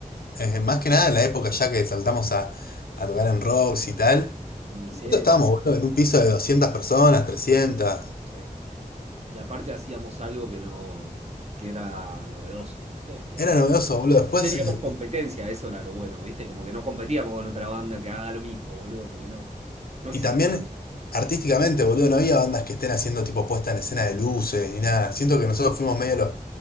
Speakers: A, on the left; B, on the right.
A: Eh, más que nada en la época ya que saltamos a, a tocar en rocks y tal.
B: Ni
A: Nosotros
B: sé.
A: estábamos, boludo, en un piso de doscientas personas, trescientas
B: Sí. Y aparte hacíamos algo que no, que era novedoso, ¿viste? Que
A: Era
B: no.
A: novedoso, boludo. Después,
B: No teníamos
A: eh,
B: <laughs> competencia, eso era lo bueno, ¿viste? Como que no competíamos con otra banda que haga lo mismo, boludo, porque no, no
A: y
B: existía.
A: también artísticamente, boludo, no había bandas que estén haciendo tipo puesta en escena de luces ni nada. Siento que nosotros fuimos medio los,